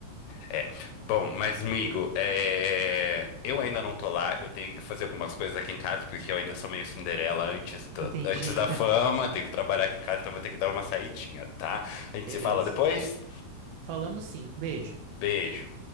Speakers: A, on the left; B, on the right.
A: É. Bom, mas, amigo, é, eu ainda não tô lá. Eu tenho que fazer algumas coisas aqui em casa, porque eu ainda sou meio Cinderela antes do-
B: Entendi.
A: antes da fama.
B: <laughs>
A: Tenho que trabalhar aqui em casa, então vou ter que dar uma saidinha, tá? A gente
B: Beleza.
A: se fala depois.
B: Falamos sim. Beijo.
A: Beijo.